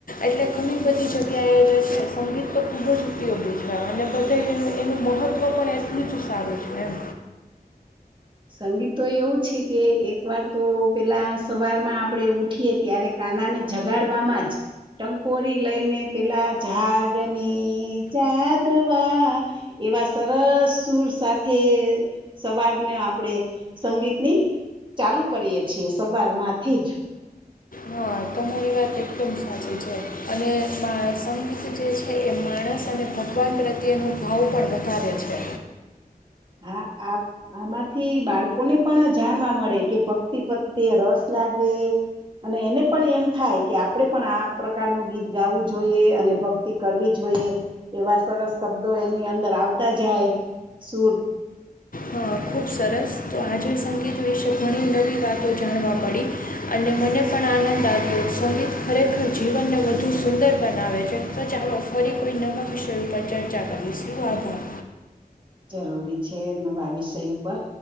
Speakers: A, on the left; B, on the right.
A: એટલે ઘણી બધી જગ્યાએ જે છે સંગીત તો ખૂબ જ ઉપયોગી છે અને પછી એનું મહત્ત્વ પણ એટલું જ સારું છે એમ.
B: સંગીત તો એવું છે કે એક વાર તો પેલા સવારમાં આપણે ઉઠીય ત્યારે કાના ને જગાડવામાં જ ટંકોરી લઈ ને પેલા જાગને જા દવા, એવા સરસ સુર સાથે સવારને આપણે, સંગીતની ચાલુ કરીએ છીએ સવાર માંથી જ.
A: હા તમારી વાત એકદમ સાચી છે, અને સંગીત જે છે એ માણસ અને ભગવાન પ્રત્યેનો ભાવ પણ વધારે છે.
B: આ આ આમાંથી બાળકોને પણ જાણવા મળે કે ભક્તિ પ્રત્યે રસ લાગે, અને એને પણ એમ થાય કે આપણે પણ આ પ્રકારનું ગીત ગાવું જોઈએ અને ભક્તિ કરવી જોઈએ, એવા સરસ શબ્દો એની અંદર આવતા જાય, સુર
A: હા ખૂબ સરસ તો આજે સંગીત વિશે ઘણી નવી વાતો જાણવા મળી, અને મને પણ આનંદ આવ્યો સંગીત ખરેખર જીવનને વધુ સુંદર બનાવે છે, તો ચાલો ફરી કોઈ નવા વિષય ઉપર ચર્ચા કરીશું આભાર.
B: જરૂરી છે નવા વિષય ઉપર.